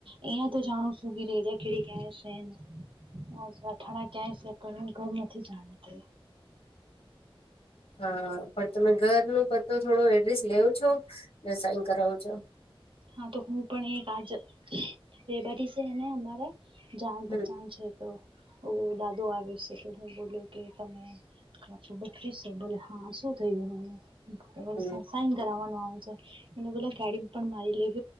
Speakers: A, on the right (about 60°); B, on the left (about 75°).
A: અહંયા તો જાણું શું ક ર કેડી ક છે <inaudible> હ અથાણા ક્યાંય છે પણ હું ઘર નથી જાણીતી
B: હા પણ તમે ઘર ન પતો થોડો એડ્રેસ લેવ છો સાઈન કરાવું છો
A: હા તો હું પણ એક આજ રેવા દસે એને અમારે જાણ
B: હમ
A: પચાન છે. તો હું દાદો આવ છે તો હું બોલ્યો કે તમે બ ભ હા શું થયું હ <inaudible>
B: હમ
A: સાઇન કરવાનું આવ છે મને પેલા ગાડી પણ મારી લેવ